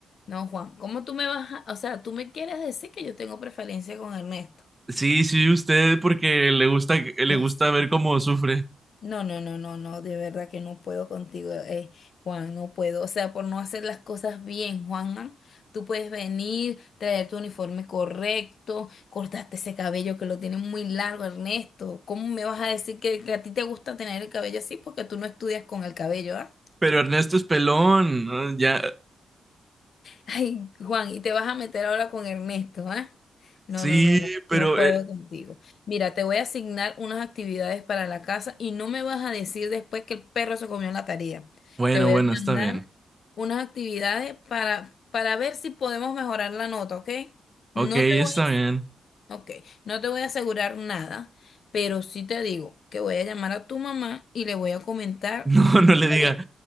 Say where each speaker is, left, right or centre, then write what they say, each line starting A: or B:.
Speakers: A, on the left (about 65°); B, on the right (about 20°).
A: no, Juan, ¿cómo tú me vas a, o sea, tú me quieres decir que yo tengo preferencia con Ernesto?
B: Sí, sí, usted porque le gusta, le
A: No.
B: gusta ver cómo sufre.
A: No, no, no, no, no, de verdad que no puedo contigo, eh, Juan, no puedo. O sea, por no hacer las cosas bien, Juan, tú puedes venir, traer tu uniforme correcto, cortaste ese cabello que lo tienes muy largo, Ernesto. ¿Cómo me vas a decir que, que a ti te gusta tener el cabello así? Porque tú no estudias con el cabello, ¿ah?
B: Pero Ernesto es pelón, ¿no? ya.
A: Ay, Juan, y te vas a meter ahora con Ernesto, ¿ah? No,
B: Sí,
A: no, no, no,
B: pero
A: no puedo
B: eh,
A: contigo. Mira, te voy a asignar unas actividades para la casa y no me vas a decir después que el perro se comió la tarea.
B: bueno,
A: Te voy
B: bueno,
A: a mandar
B: está bien.
A: unas actividades para, para ver si podemos mejorar la nota, ¿ok? No
B: Ok, está
A: te voy
B: bien. <laughs>
A: a, ok, no te voy a asegurar nada, pero sí te digo que voy a llamar a tu mamá y le voy a comentar.
B: No, no le
A: sobre
B: diga,